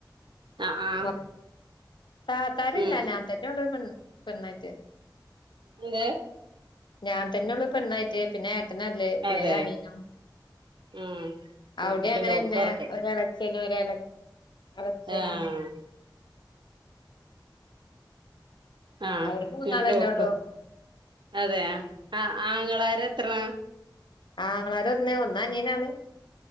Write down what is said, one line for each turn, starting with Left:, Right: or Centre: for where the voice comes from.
Right: ആഹ് ആഹ്
Left: മൊ താത്താരില്ല
Right: ഉം
Left: ഞാൻ തന്നെയുള്ളൂ പെൺ പെണ്ണായിട്ട്.
Right: എന്ത്
Left: ഞാൻ തന്നെയുള്ളൂ പെണ്ണായിട്ട് പിന്നെ ഏട്ട നാള്ളത്പിന്നെ
Right: അതെ
Left: ഒരനിയനും.
Right: ആഹ്
Left: അവൊടി
Right: നിക്കട്ടെ
Left: അങ്ങനെന്നെ
Right: ലോക്ക് തൊറക്കട്ടെ
Left: ഒര് എളച്ചനും ഒര് അളച്ചനും
Right: ആഹ് ആഹ്
Left: അവിടെ മൂന്നാളന്നെ
Right: ഞാൻ ലോക്കൂ
Left: ഉള്ളു
Right: അതെയ ആഹ് ആങ്ങളാരത്രണ?
Left: ആ്ങ്ങളാര ഒന്ന് ഒന്നനീയനാണ്